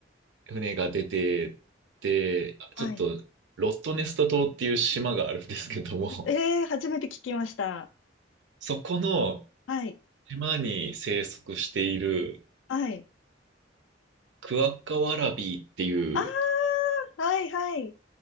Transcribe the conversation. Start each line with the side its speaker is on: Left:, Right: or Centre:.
Right: 船が出てって、
Left: はい。
Right: ちょっと、ロストネスト島っていう島があるんですけども、
Left: えー、初めて聞きました。
Right: <laughs> そこの
Left: はい。
Right: 島に生息している
Left: はい。
Right: クワッカワラビーっていう、
Left: あー、はい、はい。